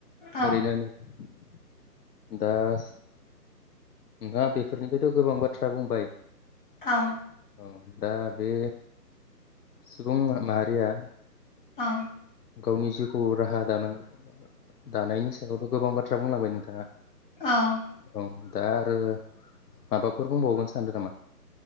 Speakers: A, on the left; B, on the left.
A: औ
B: ओरैनो दा नोंथाङा बेफोरनिफ्रायथ' गोबां बाथ्रा बुंबाय
A: औ।
B: औ दा बे सुबुं माहारिया
A: औ।
B: गावनि जिउखौ राहा दानां दानायनि सायावथ' गोबां बाथ्रा बुंलांबाय नोंथाङा।
A: औ।
B: औ दा आरो माबाफोर बुंबावगोन सानदों नामा?